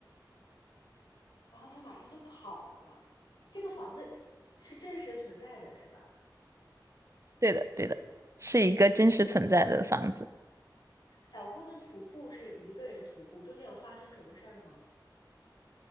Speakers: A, on the left; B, on the right.
A: 然后它马上就跑了。这个房子是真实存在的，是吧？
B: 对的，对的，是一个真实存在的房子。
A: 小姑娘徒步是一个人徒步，中间有发生什么事儿吗？